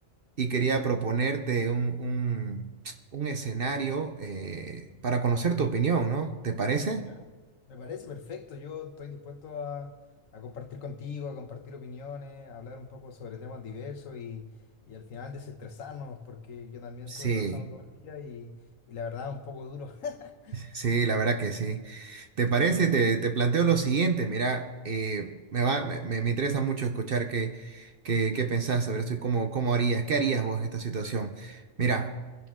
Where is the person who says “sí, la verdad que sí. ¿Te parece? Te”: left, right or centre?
Right